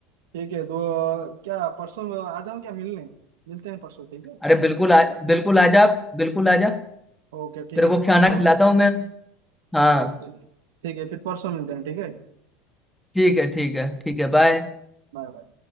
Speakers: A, on the right; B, in the centre.
A: ठीक है तो अ, क्या परसों आ जाऊँ क्या मिलने मिलते हैं परसों ठीक है
B: अरे बिल्कुल आ बिल्कुल आ जा बिल्कुल आ जा
A: ओके
B: तेरे
A: ठीक है
B: को
A: फिर
B: खाना
A: परसों
B: खिलाता हूँ मैं हाँ
A: ओके ठीक है फिर परसों मिलते हैं ठीक है
B: ठीक है ठीक है ठीक है बाय
A: Bye bye